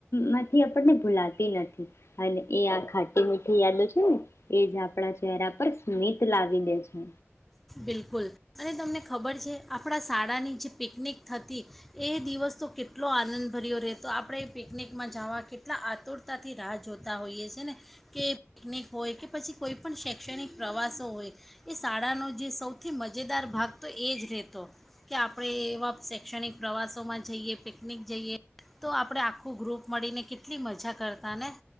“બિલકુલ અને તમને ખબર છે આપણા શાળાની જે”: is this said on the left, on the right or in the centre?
Centre